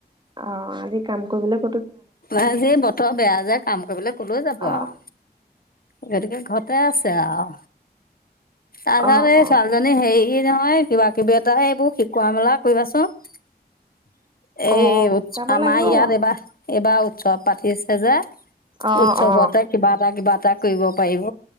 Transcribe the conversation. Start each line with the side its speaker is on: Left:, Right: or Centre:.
Right: অ', আজি কাম কৰিব
Left: নাই আজি এই বতৰ বেয়া যে কাম কৰিবলে কলৈ যাব
Right: অ
Left: আও। ইহত এতিয়া ঘৰত তে আছে আৰু তাৰপিছত
Right: অ
Left: এই
Right: অ
Left: ছোৱালীজনী হেৰি নহয় কিবা কিবা এটা হে এইবোৰ শিকোৱা মেলাত কৰিবাচোন এই
Right: অ যাব
Left: আমাৰ
Right: লাগিব
Left: ইয়াত
Right: বাৰু
Left: এইবাৰ এইবাৰ উৎসৱ পাতিছে যে।
Right: অ
Left: উৎসৱতে
Right: অ
Left: কিবা এটা কিবা এটা তাত কৰিব পাৰিব।